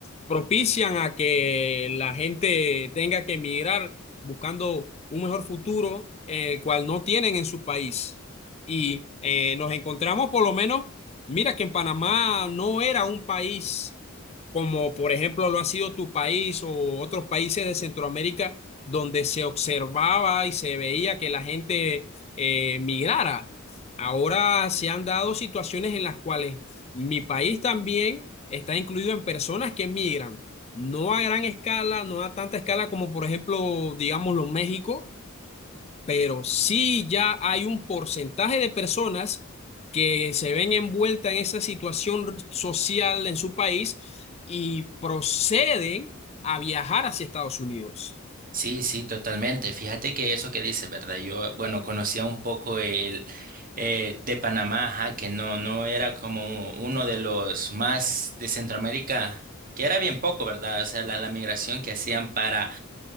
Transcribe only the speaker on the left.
propician a que la gente tenga que emigrar buscando un mejor futuro, eh, el cual no tienen en su país. Y eh, nos encontramos por lo menos, mira que en Panamá no era un país como por ejemplo lo ha sido tu país o otros países de Centroamérica, donde se observaba y se veía que la gente eh, migrara. Ahora se han dado situaciones en las cuales mi país también está incluido en personas que migran, no a gran escala, no a tanta escala como por ejemplo, digámoslo, México, pero sí ya hay un porcentaje de personas que se ven envueltas en esa situación social en su país y proceden a viajar hacia Estados Unidos.